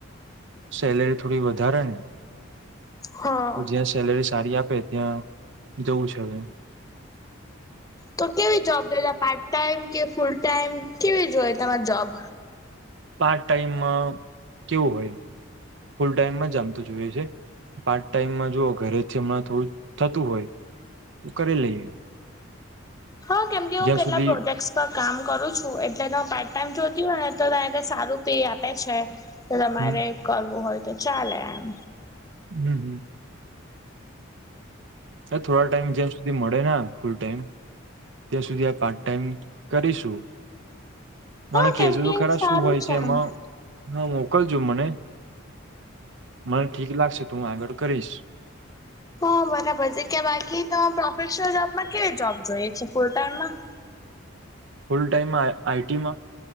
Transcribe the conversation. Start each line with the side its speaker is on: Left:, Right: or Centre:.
Right: સેલેરી થોડી વધારે ને
Left: હા
Right: તો જ્યાં સેલરી સારી આપે ત્યાં જવું છે હવે
Left: તો કેવી જોબ જોઈ ત પાર્ટ ટાઈમ કે ફૂલ ટાઈમ કેવી જોઈ તમારે જોબ
Right: પાર્ટ ટાઈમમાં કેવું હોય ફૂલ ટાઈમમાં જમ તો જોઈએ છે. પાર્ટ ટાઈમમાં જોુઓ ઘરે છે હમણાં થોડું થતું હોય તો કરી લઈએ
Left: હા કેમ હું
Right: જ્યાં
Left: કેટલા
Right: સુધી
Left: પ્રોજેક્ટ તો કામ કરું છું એટલે ત પાર્ટ ટાઈમ જોતી હોય ને તો ત સારું પે આપે છે તો તમારે
Right: હમ
Left: કરવું હોય તો ચાલે એમ
Right: હમ હમ થોડા ટાઈમ જેમ સુધી મળે ફૂલ ટાઈમ ત્યાં સુધી આ પાર્ટ ટાઈમ કરીશું મને
Left: હા
Right: કેહેજ
Left: કેમ
Right: તો
Left: કે
Right: ખરા
Left: સારું
Right: શું હોય છે એમાં
Left: એમ
Right: હા મોકલજો મને મને ઠીક લાગશે તો હું આગળ કરીશ
Left: હા બરાબર છે કે્યા બાકી ત પ્રોફેશનલ જોબમાં કેવી જોબ જોઈએ છે ફૂલ ટાઈમમાં
Right: ફુલ ટાઈમ આ આઈ ટીમાં